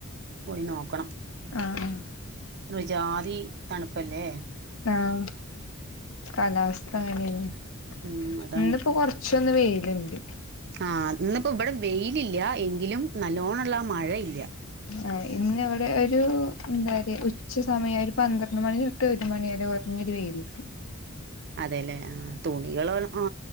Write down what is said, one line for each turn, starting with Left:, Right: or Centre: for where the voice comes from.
Right: പോയി നോക്കണം
Left: ആഹ് ആഹ്
Right: ഒരു ഒജാതി തണ്പ്പല്ലേ
Left: ആഹ് കാലാവസ്ഥ അങ്ങനെന്നെ
Right: ഉം അതാണ്
Left: ഇന്ന്പ്പോ കൊർ ച്ചോന്ന് വെയില്ണ്ട്.
Right: ആഹ് ന്ന്പ്പോ ഇബടെ വെയില് ഇല്ല്യ എങ്കിലും നല്ലോണംള്ള ആ മഴ ഇല്ല്യ
Left: ആഹ് ഇന്ന് ഇവിടെ ഒരു എന്താറിയാ ഉച്ച സമയഒരു പന്ത്രണ്ട് മണി തൊട്ട് ഒരു മണി വരെ കൊർഞ്ഞൊരു വെയിലിണ്ട്
Right: അതേലേ ആഹ് തുണികള് ഒൽ ആ